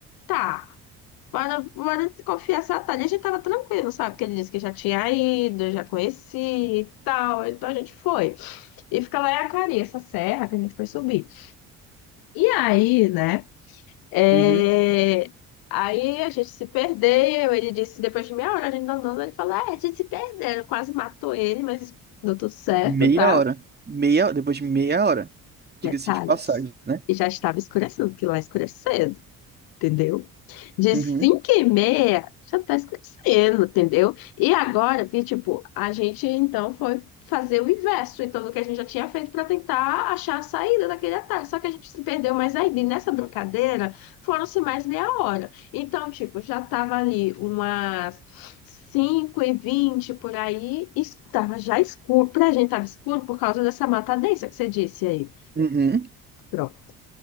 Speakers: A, on the left; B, on the right.
A: tá, bora, bora desconfiar esse atalho. E a gente tava tranquilo, sabe? Porque ele disse que já tinha ido, já conhecia e tal. Então a gente foi. E fica lá em Acari, essa serra que a gente foi subir. E aí, né? É,
B: Uhum.
A: Aí a gente se perdeu. Ele disse, depois de meia hora, a gente tá andando, ele falou: É, a gente se perdeu. Quase matou ele, mas deu tudo certo,
B: Meia
A: tá?
B: hora. Meia, depois de meia hora. Diga-se
A: Detalhes.
B: de passagem, né?
A: E já estava escurecendo, porque lá escureceu entendeu? De
B: Uhum.
A: 5 e meia já está escurecendo, entendeu? E agora, que tipo, a gente então foi fazer o inverso, então, do que a gente já tinha feito para tentar achar a saída daquele atalho. Só que a gente se perdeu mais ainda. E nessa brincadeira foram-se mais meia hora. Então, tipo, já tava ali umas 5 e 20 por aí, e tava já escuro. Pra gente tava escuro por causa dessa mata densa que você disse aí.
B: Uhum.
A: Pronto.